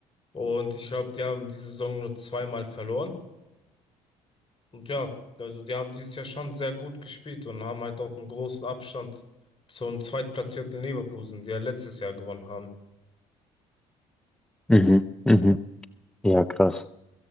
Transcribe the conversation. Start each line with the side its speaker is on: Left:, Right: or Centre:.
Left: Und ich glaube, die haben die Saison nur zweimal verloren. Und ja, also die haben dieses Jahr schon sehr gut gespielt und haben halt auch einen großen Abstand zum zweitplatzierten Leverkusen, die ja letztes Jahr gewonnen haben.
Centre: Mhm. Mhm. Ja, krass.